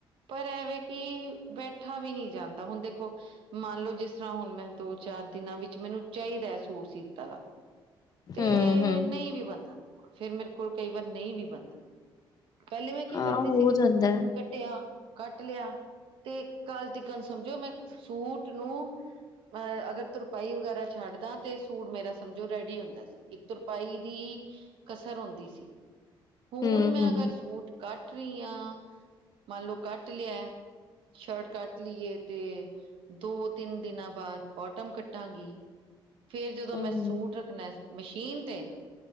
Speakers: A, on the right (about 75°); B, on the left (about 45°).
A: ਪਰ ਐਵੇਂ ਕਿ, ਬੈਠਾ ਵੀ ਨਹੀਂ ਜਾਂਦਾ ਹੁਣ ਦੇਖੋ। ਮੰਨ ਲਓ ਜਿਸ ਤਰ੍ਹਾਂ ਹੁਣ ਮੈਂ ਦੋ- ਚਾਰ ਦਿਨਾਂ ਵਿੱਚ ਮੈਨੂੰ ਚਾਹੀਦਾ ਹੈ ਸੂਟ ਸੀਤਾ। ਤੇ
B: ਹੂੰ ਹੂੰ
A: ਨਹੀਂ ਵੀ ਬਣਦਾ, ਫੇਰ ਮੇਰੇ ਕੋਲ ਕਈ ਵਾਰ ਨਹੀਂ ਵੀ ਬਣਦਾ। ਪਹਿਲੇ ਮੈਂ ਕੀ
B: ਹਾਂ
A: ਕਰਦੀ
B: ਹੋ
A: ਸੀ ਜਿਸ
B: ਜਾਂਦਾ
A: ਹੁਣ
B: ਹੈ
A: ਕੱ- ਕੱਟਆ ਕੱਟ ਲਿਆ ਤੇ ਕੱਲ ਤਿਕਨ ਸਮਝੋ ਮੈਂ ਸੂਟ ਨੂੰ ਮੈਂ ਅਗਰ ਤੁਰਪਾਈ ਵਗੈਰਾ ਛੱਡਦਾ ਤੇ ਸੂਟ ਮੇਰਾ ਸਮਝੋ ਰੈਡੀ ਹੁੰਦਾ ਸੀ ਇੱਕ ਤੁਰਪਾਈ ਤਰਪਾਈ ਦੀ ਕਸਰ ਹੁੰਦੀ ਸੀ ਹੁਣ
B: ਹੂੰ
A: ਮੈਂ
B: ਹੂੰ
A: ਅਗਰ ਸੂਟ ਕੱਟ ਰਹੀ ਆ, ਮੰਨ ਲੋਓ ਕੱਟ ਲਿਆ। ਸ਼ਰਟ ਕੱਟਲੀ ਏ ਤੇ ਦੋ-ਤਿੰਨ ਦਿਨਾਂ ਬਾਅਦ ਬੋਟਮ ਕੱਟਾਂਗੀ। ਫੇਰ ਜਦੋਂ
B: ਹੂੰ
A: ਮੈਂ ਸੂਟ ਰੱਖਣਾ ਮਸ਼ੀਨ ਤੇ